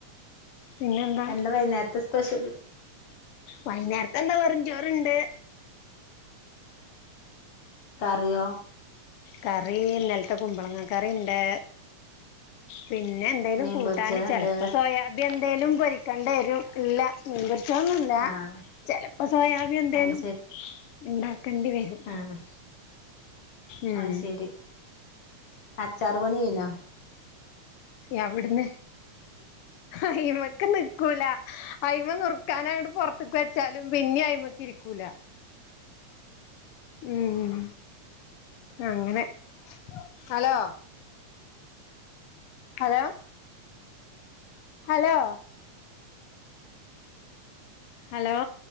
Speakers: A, on the left; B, on the left.
A: പിന്നെന്താ
B: എന്താ വൈന്നേരത്തെ സ്പെഷ്യല്
A: വൈന്നേരത്തെന്താ വെറും ചോറുണ്ട്
B: കറിയോ
A: കറി ഇന്നലത്തെ കുമ്പളങ്ങ കറിണ്ട് പിന്നെ ന്തേലും
B: മീൻ
A: കൂട്ടാന്
B: പൊരിച്ചത്ണ്ട്
A: ചെലപ്പ സോയാബി എന്തേലും പൊരിക്കേണ്ടി വരും ഇല്ല മീൻപൊരിച്ചൊന്നുല്ല
B: ആഹ്
A: ചെലപ്പൊ സോയാബീ എന്തേലും
B: അത്
A: ഇണ്ടാക്കെണ്ടി വരും
B: ആഹ്
A: ഉം
B: അയ്ശരി അച്ചാറ് പണി കഴിഞ്ഞോ
A: എവ്ട്ന്ന് അയ്മക്ക് നിക്കൂല അയിമ നുറുക്കാനങ്ങട് പൊറത്ത്ക്ക് വെച്ചാലും പിന്നെ അയിമ്മക്ക് ഇരിക്കൂല ഉം അങ്ങനെ ഹലോ ഹലോ ഹലോ ഹലോ